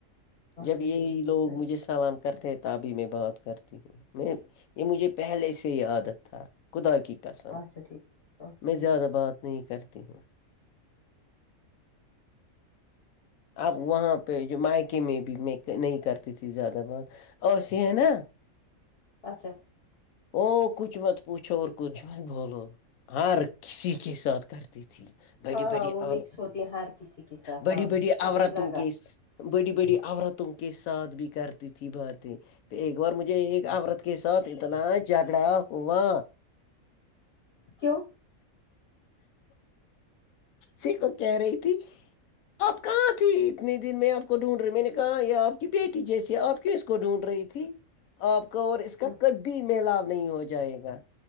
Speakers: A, on the left (about 50°); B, on the left (about 80°).
A: اچھا
B: جب یہی
A: ٹھیک
B: لوگ
A: میں نے
B: مجھے سلام کرتے ہیں تبھی میں بات کرتی ہوں میں یہ مجھے پہلے سے ہی عادت تھا خدا کی قسم
A: اچھا ٹھیک اچھا
B: میں
A: ٹھیک
B: زیادہ بات نہیں کرتی ہوں اب وہاں پہ جو مائکے میں بھی میں نہیں کرتی تھی زیادہ بہت اسی ہے نا
A: اچھا
B: او کچھ مت پوچھو اور کچھ مت بولو ہر کسی کے ساتھ کرتی تھی بڑی
A: ہاں ہاں
B: بڑی
A: وہ
B: اور
A: مکس ہوتی ہے ہر کسی کے ساتھ
B: بڑی
A: ہاں
B: بڑی عورتوں
A: مجھے لگا
B: کے بڑی بڑی عورتوں کے ساتھ بھی کرتی تھی باتیں ایک بار مجھے ایک عورت کے ساتھ اتنا جھگڑا ہوا
A: کیوں
B: سی کو کہہ رہی تھی آپ کہاں تھی اتنے دن میں آپ کو ڈھونڈ رہی میں نے کہا یے آپ کی بیٹی جیسی آپ کیس کو ڈھونڈ رہی تھی آپ کا اور اس
A: ہوں،
B: کا کبھی ملاپ نہیں ہو جائے گا